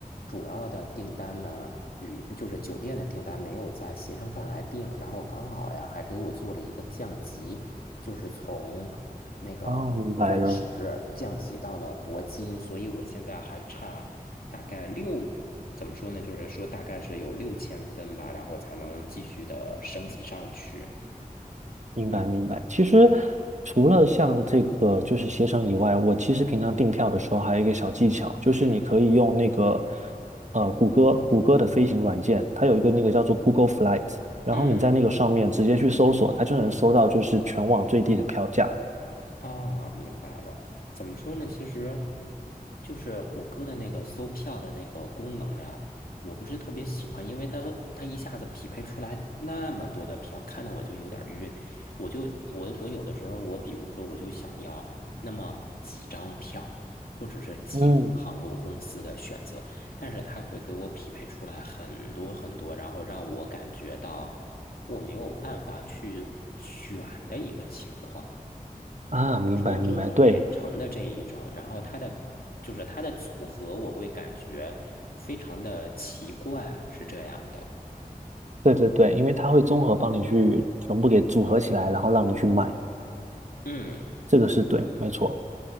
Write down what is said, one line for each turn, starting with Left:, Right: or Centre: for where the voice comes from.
Left: 主要的订单呢，旅就是酒店的订单没有在携程上来订，然后刚好呀还给我做了一个降级。就是从那个钻石降级到了铂金，
Right: 哦，明白了。
Left: 所以我现在还差大概六，怎么说呢？就是说大概是有六千分吧，然后才能继续的升级上去。
Right: 明白明白。其实除了像这个就是协商以外，我其实平常订票的时候还有一个小技巧，就是你可以用那个
Left: 嗯
Right: 呃谷歌谷歌的飞行软件，它有一个那个叫做 Google Flights，然后你在那个上面直接去搜索，
Left: 嗯。
Right: 它就能搜到就是全网最低的票价。
Left: 啊，明白了。怎么说呢？其实就是谷歌的那个搜票的那个功能呀，我不是特别喜欢，因为它它一下子匹配出来那么多的票，看得我就有点儿晕。我就我我有的时候，我比如说我就想要那么几张票，或者是几个航空公司的选择，
Right: 嗯，
Left: 但是它会给我匹配出来很多很多，然后让我感觉到我没有办法去选的一个情况。
Right: 啊，明白明白，
Left: 说中转连城的这一种，
Right: 对
Left: 然后它的就是它的组合，我会感觉非常的奇怪，是这样的。
Right: 对对对，因为它会综合帮你去全部给组合起来，然后让你去买，
Left: 嗯，
Right: 这个是对，没错。